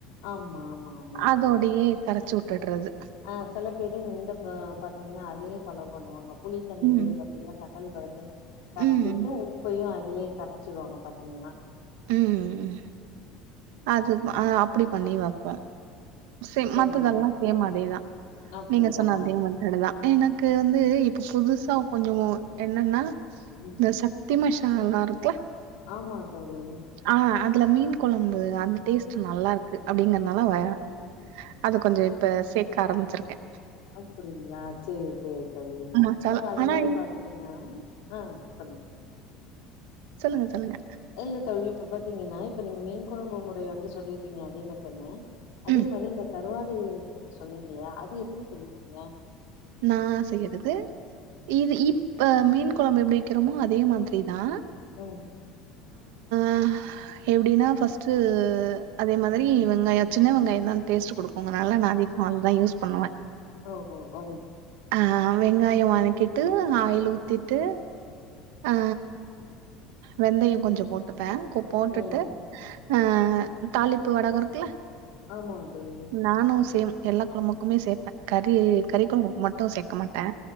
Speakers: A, on the left; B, on the right.
A: ஆமா ஆமா ஆமா
B: அதோடயே
A: தோழி
B: கரைச்சி விட் டுடுறது
A: ஆ செல பேரு இந்த அ பாத்தீங்கன்னா அதையே ஃபாலோ பண்ணுவாங்க புளித்தண்ணிலே
B: ம்.
A: பாத்தீங்கன்னா தக்காளி பழத்தயு கரச்சு
B: ம்.
A: விட்டு உப்பையு அதுலே கரைச்சிடுவாங்க பாத்தீங்கன்னா
B: ம்ம் அது அ அப்டி பண்ணி வப்போ சேம்
A: சரிங்க
B: மத்ததெல்லா சேம் அதேதா
A: அப்டிதானா
B: நீங்க சொன்ன அதே மாதி டதா எனக்கு வந்து இப்ப புதுசா கொஞ்சோ என்னன்னா
A: ம்
B: இந்த சக் தி மசாலா இருக்ல
A: ஆ்மா தோழி
B: ஆ அதுல மீன் கொழம்பு அந்த டேஸ்ட் நல்லா இருக்கு அப்டிங்கிறதுனால
A: ம்
B: வய அது கொஞ்சோ இப்ப சேக்க ஆரம்பிச்சிருக்கே
A: அப்டிங்களா சரி சரி தோழி
B: மசாலா
A: இப்ப அது
B: ஆனா
A: மாரி பாத்தீங்ன்னா அ சொல்லுங்க
B: சொல்லுங்க சொல்லுங்க
A: இல்ல தோழி இப்ப பாத்தீங்கன்னா இப்ப நீங்க மீன் கொழம்பு முறை வந்து சொல்லிட்டீங்க அதே மெத்தட்னு அதே
B: ம்,
A: மாரி இந்த கருவாடு சொன்னே இல்லையா அது எப்டி செய்வீங்க
B: நா செய்யுறது இது இப்ப மீன் கொழம்பு எப்டி வைக்கிறோமோ அதே மாதிரிதா
A: ம்
B: அ எப்டின்னா ஃபர்ஸ்ட்டு அதே மாதிரி வெங்காயோ சின்ன வெங்காயோ தா டேஸ்ட்டு குடுக் உங்கனால நா அதே கால் தா யூஸ் பண்ணுவே
A: ஓஹோ ஓ
B: அ வெங்காயோ வணக்கிட்டு ஆயில் ஊத்திட்டு அ வெந்தயோ கொஞ்சோ போட்டுப்பே போட்டுட்டு
A: ம்
B: அ தாளிப்பு வடகோ இருக்குல்ல
A: ஆமாம் தோழி
B: நானு சேம் எல்லா கொழம்புக்குமே சேர்பே கறி கறி கொழம்புக்கு மட்டு சேக்க மாட்டே